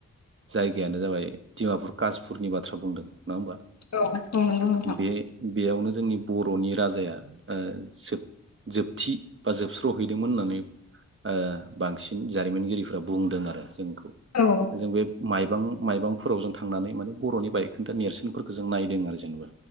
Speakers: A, on the right (about 40°); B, on the left (about 60°).
A: जायगायानो जाबाय डिमापुर कासपुरनि बाथ्रा बुंदों। नङा होमबा
B: औ औ नंगौ नोंथां
A: बे बेयावनो जोंनि बर'नि राजाया जोब जोब- थि बा जोबस्र'हैदोंमोन होननानै ओ बांसिन जारिमिनगिरिफ्रा बुंदों आरो जों
B: औ
A: जों बे माइबां माइबांफोराव जों थांनानै माने बर'नि बायखोन्दा नेरसोनफोरखौ जों नायदों आरो जेनेबा